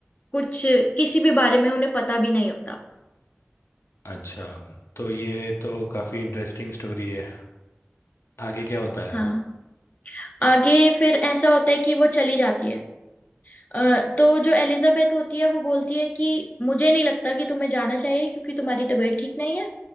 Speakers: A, on the left (about 35°); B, on the left (about 80°).
A: कुछ किसी भी बारे में उन्हें पता भी नहीं होता
B: अच्छा तो ये तो काफ़ी इंटरेस्टिंग स्टोरी है आगे क्या होता है
A: हाँ आगे फिर ऐसा होता है कि वो चली जाती है अ, तो जो एलिजाबेथ होती है वो बोलती है कि मुझे नहीं लगता कि तुम्हें जाना चाहिए क्योंकि तुम्हारी तबीयत ठीक नहीं है